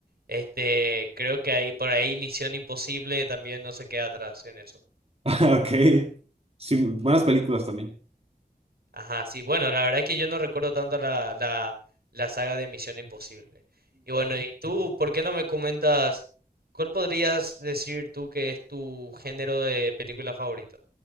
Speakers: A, on the right; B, on the right.
A: Este, creo que ahí por ahí Misión Imposible también no se queda atrás en eso.
B: Ok, sí, buenas películas también.
A: Ajá, sí, bueno, la verdad es que yo no recuerdo tanto la, la, la saga de Misión Imposible. Y bueno, ¿y tú por qué no me comentas cuál podrías decir tú que es tu género de película favorito?